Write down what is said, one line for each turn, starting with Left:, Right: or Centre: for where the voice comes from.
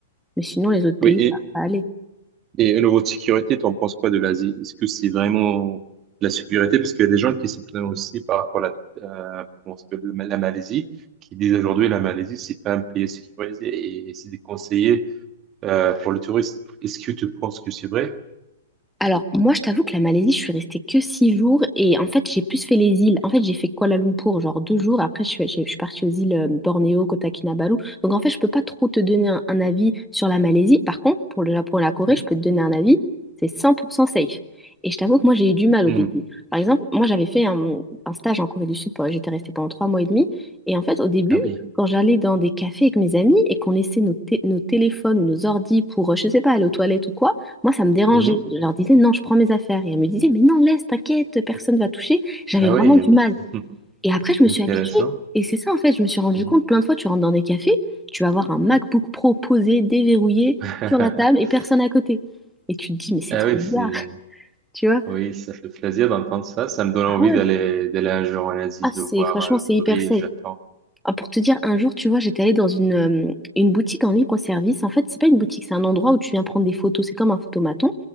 Centre: Mais sinon, les autres pays,
Right: Oui,
Centre: ça va aller.
Right: Et au niveau de sécurité, t'en penses quoi de l'Asie? Est-ce que c'est vraiment de la sécurité? Parce qu'il y a des gens qui s'y plaignent aussi par rapport à la, euh, comment ça s'appelle, la Malaisie, qui disent aujourd'hui la Malaisie, c'est pas un pays sécurisé et c'est déconseillé euh, pour le tourisme. Est-ce que tu penses que c'est vrai?
Centre: Alors, moi, je t'avoue que la Malaisie, je suis restée que six jours et en fait, j'ai plus fait les îles. En fait, j'ai fait Kuala Lumpur, genre deux jours. Après, je suis, j'ai- je suis partie aux îles euh, Bornéo, Kota Kinabalu. Donc, en fait, je peux pas trop te donner un, un avis sur la Malaisie. Par contre, pour le Japon et la Corée,
Right: Mhm.
Centre: je peux te donner un avis. C'est 100% safe. Et je t'avoue que moi, j'ai eu du mal
Right: Mhm.
Centre: au début. Par exemple, moi, j'avais fait un, un stage en Corée du Sud. pendant- J'étais restée pendant trois mois et demi. Et en fait, au début,
Right: Ah oui.
Centre: quand j'allais dans des cafés avec mes amis et qu'on laissait nos, té- nos téléphones ou nos ordis pour, euh, je sais pas, aller aux toilettes ou quoi, moi, ça me dérangeait.
Right: Mhm.
Centre: Je leur disais, non, je prends mes affaires. Et elles me disaient, mais non, laisse, t'inquiète, personne va toucher. J'avais
Right: Ah
Centre: vraiment
Right: oui.
Centre: du mal.
Right: <laughs>
Centre: Et après, je me
Right: Intéressant.
Centre: suis habituée. Et c'est ça, en fait, je me suis rendu
Right: Mhm.
Centre: compte, plein de fois, tu rentres dans des cafés, tu vas voir un MacBook Pro posé, déverrouillé,
Right: <laughs>
Centre: sur la table et personne à côté. Et tu te dis, mais c'est
Right: Ah
Centre: trop
Right: oui,
Centre: bizarre,
Right: c'est
Centre: <laughs> tu vois.
Right: oui, ça fait plaisir d'entendre ça. Ça me donne envie
Centre: Ah ouais,
Right: d'aller d'aller un jour en Asie,
Centre: ah, c'est,
Right: de voir
Centre: franchement,
Right: euh, le
Centre: c'est hyper
Right: Corée
Centre: safe.
Right: et le Japon.
Centre: Ah, pour te dire, un jour, tu vois, j'étais allée dans une, euh, une boutique en libre-service. En fait, c'est pas une boutique, c'est un endroit où tu viens prendre des photos. C'est comme un photomaton.